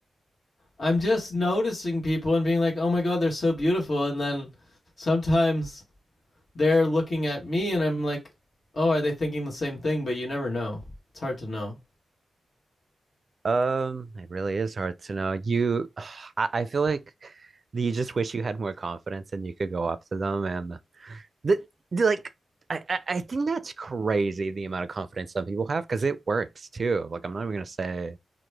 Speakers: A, on the left; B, on the right.
A: I'm just noticing people and being like, oh my God, they're so beautiful. And then sometimes they're looking at me and I'm like, oh, are they thinking the same thing? But you never know. It's hard to know.
B: Um, it really is hard to know. You, <sighs> I, I feel like you just wish you had more confidence and you could go up to them and the, the- like I, I I think that's crazy the amount of confidence some people have because it works too. Like I'm not even gonna say